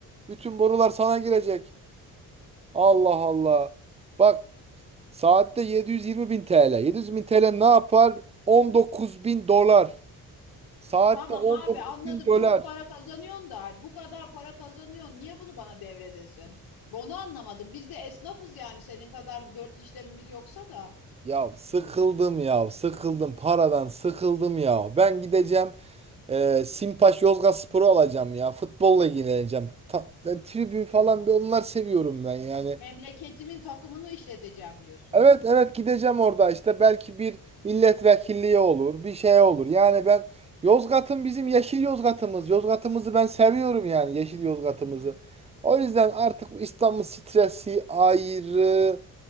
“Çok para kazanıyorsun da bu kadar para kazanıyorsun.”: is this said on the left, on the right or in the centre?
Left